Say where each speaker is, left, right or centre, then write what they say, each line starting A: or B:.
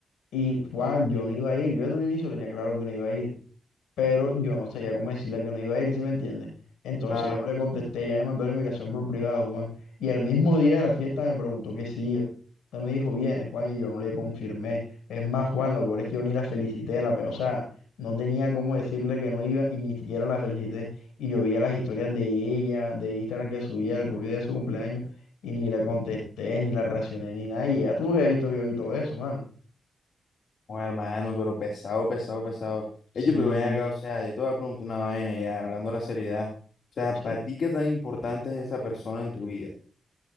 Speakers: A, on the left (about 85°); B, on the left (about 65°).
A: Y Juan, yo no iba a ir, yo desde un inicio tenía claro que no iba a ir pero yo no sabía cómo decirle que no iba a ir, ¿sí me entiendes? Entonces
B: claro.
A: yo no le contesté, ya me mandó la invitación por privado, Juan. Y al mismo día de la fiesta me preguntó que si iba. Entonces me dijo, vienes, Juan, y yo no le confirmé. Es más, Juan, lo peor es que yo ni la felicité, la pe- o sea, no tenía cómo decirle que no iba y ni siquiera la felicité. Y yo veía las historias de ella, de Instagram que subía el propio día de su cumpleaños, y ni la contesté, ni la reaccioné, ni nada. Y ella tuvo que haber visto que yo vi todo eso, mano.
B: Bueno, hermano, pero pesado, pesado, pesado.
A: Sí,
B: Ey, pero ven acá, o sea, yo te voy a preguntar una vaina ya, hablando de la seriedad. O sea,
A: sí.
B: ¿para ti qué tan importante es esa persona en tu vida?